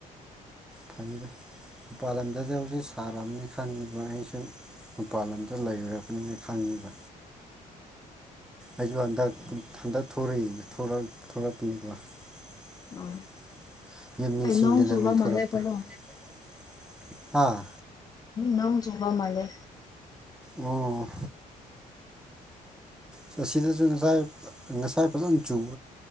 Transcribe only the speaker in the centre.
ꯊꯝꯕꯤꯔ ꯃꯄꯥꯥꯟ ꯂꯝꯗꯗꯤ ꯍꯧꯖꯤꯛ ꯁꯥꯔꯕꯅꯤ ꯈꯪꯉꯤꯕ ꯑꯩꯁꯨ ꯃꯄꯥꯟ ꯂꯝꯗ ꯂꯩꯔꯛꯄꯅꯤꯅ ꯈꯪꯉꯤꯕ꯫ ꯑꯩꯁꯨ ꯍꯟꯗꯛ ꯍꯟꯗꯛ ꯊꯣꯔꯛꯏ ꯊꫭꯔꯛ ꯊꫭꯔꯛꯄꯅꯤꯀꯣ <unintelligible>
ꯍꯥꯥ
ꯑꯣ ꯆꯁꯤꯗꯁꯨ ꯉꯁꯥꯏ ꯉꯁꯥꯏ ꯐꯖꯅ ꯆ